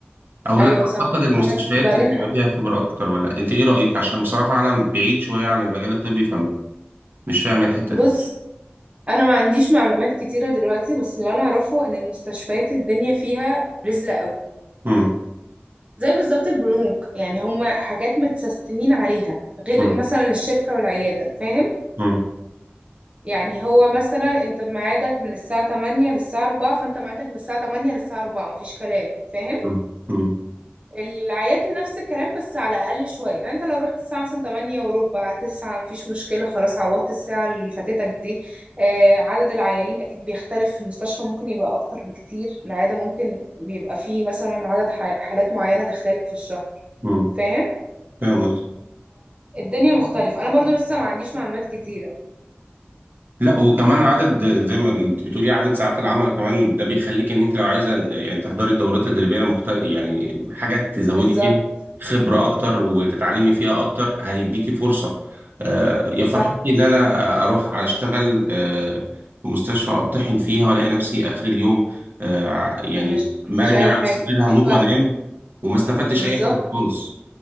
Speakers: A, on the right; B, on the right.
A: او
B: ايوه
A: لا
B: صح
A: اعتقد المستشفيات
B: وبحس بعدين
A: اللي بيبقى
B: ح...
A: فيها خبرة اكتر ولا انت ايه رأيك عشان بصراحة انا بعيد شوية عن المجال الطبي فمش فاهم الحتة
B: بص
A: دي
B: انا ما عنديش معلومات كتيره دلوقتي بس اللي انا اعرفه ان المستشفيات الدنيا فيها رزله قوي
A: مم.
B: زي بالظبط البنوك يعني هما حاجات متسستمين عليها غير
A: مم.
B: مثلا الشركه والعياده فاهم
A: مم.
B: يعني هو مثلا انت بميعادك من الساعه 8 للساعه 4 فانت ميعادك من الساعه 8 للساعه 4 مفيش كلام فاهم
A: مم. مم.
B: العيادة نفس الكلام بس على أقل شوية يعني انت لو رحت الساعة مثلا تمانية وربع تسعة مفيش مشكلة خلاص عوضت الساعة اللي فاتتك دي آه عدد العيانين أكيد بيختلف في المستشفى ممكن يبقى أكتر بكتير العيادة ممكن بيبقى فيه مثلا عدد ح- حالات معينة داخلالك في الشهر
A: مم.
B: فاهم
A: فاهم قصدي
B: فالدنيا مختلفة أنا برضو لسه ما عنديش معلومات كتيرة
A: لا وكمان عدد زي ما انت بتقولي عدد ساعات العمل كمان ده بيخليك ان انت لو عايزه يعني تحضري الدورات التدريبيه مختلف يعني حاجه تزودي
B: بالظبط
A: فيها خبره اكتر وتتعلمي فيها اكتر هيديكي فرصه آه، يا فرحتي
B: صح
A: ان انا اروح اشتغل آه، في مستشفى اطحن فيها والاقي نفسي اخر اليوم آه، يعني
B: مش مفيش
A: مرمي
B: أي
A: على
B: حاجة
A: السرير
B: مفيش
A: هموت
B: وقت
A: وانام وما استفدتش
B: بالظبط
A: اي حاجه خالص